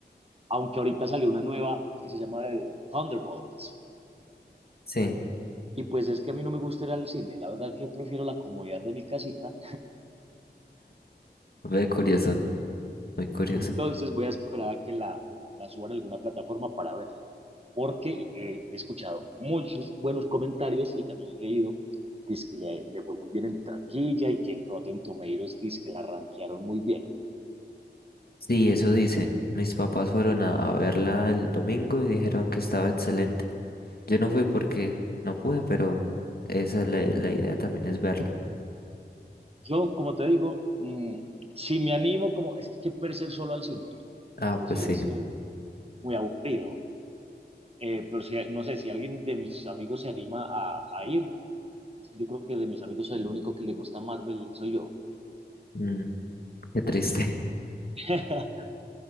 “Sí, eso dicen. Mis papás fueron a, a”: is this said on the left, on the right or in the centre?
Left